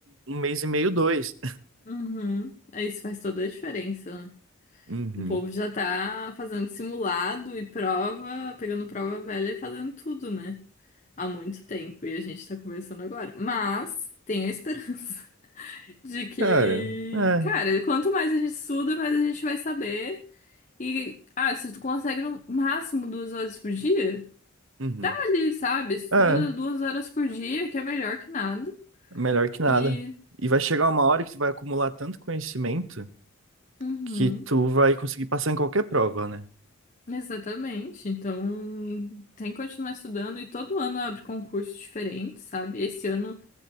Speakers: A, on the right; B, on the left.
A: um mês e meio, dois.
B: Uhum. É, Isso faz toda a diferença, né?
A: Uhum.
B: O povo já tá fazendo simulado e prova, pegando prova velha e fazendo tudo, né? há muito tempo e a gente tá conversando agora. Mas tenho a esperança <laughs> de que,
A: Cara, é.
B: cara, quanto mais a gente estuda, mais a gente vai saber. E, ah, se tu consegue no máximo duas horas por dia,
A: Uhum.
B: tá ali, sabe? Estuda
A: É,
B: duas horas por dia, que é melhor que nada.
A: melhor que nada.
B: E.
A: E vai chegar uma hora que tu vai acumular tanto conhecimento
B: uhum.
A: que tu vai conseguir passar em qualquer prova, né?
B: Exatamente. Então, tem que continuar estudando e todo ano abre concursos diferentes, sabe? Esse ano,